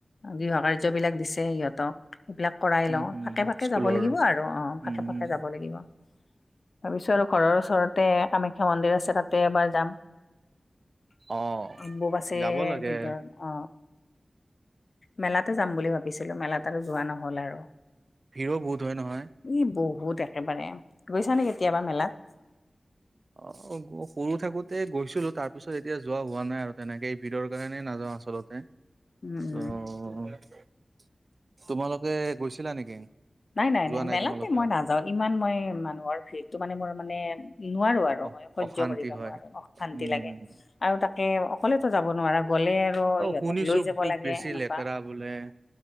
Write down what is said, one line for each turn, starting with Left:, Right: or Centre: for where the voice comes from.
Left: গৃহ কাৰ্যবিলাক দিছে ইহঁতক। সেইবিলাক কৰাই
Right: উম
Left: লওঁ
Right: হম
Left: ফাকে, ফাকে
Right: স্কুলৰ
Left: যাব লাগিব আৰু অ, ফাকে,
Right: উম
Left: ফকে যাব লাগিব। ভাবিছো আৰু ঘৰৰ ওচৰতে কামাখ্যা মন্দিৰ আছে তাত। তাতে এবাৰ যাম
Right: অ
Left: অম্বুবাচীৰ
Right: যাব লাগে
Left: ভিতৰত অ, মেলাতে যাম বুলি ভাবিছিলো মেলাত আৰু যোৱা নহ'ল আৰু।
Right: ভিৰো বহুত হয় নহয়।
Left: ই, বহুত একেবাৰে গৈছা নে কেতিয়াবা মেলাত?
Right: অ, সৰু থাকোতে গৈছিলো তাৰ পিছত এতিয়া যোৱা হোৱা নাই আৰু তেনেকে ভিৰৰ কাৰণেই নাযাওঁ আচলতে।
Left: উম উম
Right: অ, তোমালোকে গৈছিলা নেকি।
Left: নাই, নাই,
Right: যোৱা
Left: নাই মেলাতে
Right: তোমালোকেও
Left: মই নাযাও। ইমান মই মানুহৰ ভিৰটো মানে মোৰ মানে নোৱাৰো আৰু
Right: অ
Left: মই সহ্য
Right: অশান্তি
Left: কৰিব
Right: হয়
Left: নোৱাৰো অশান্তি
Right: উম
Left: লাগে আৰু তাতে <unintelligible> অকলেতো যাব নোৱাৰা গ'লে আৰু ইহঁতক
Right: শুনিছো
Left: লৈ যাব
Right: খুব
Left: লাগে
Right: বেছি
Left: এনেকুৱা
Right: লেতেৰা বোলে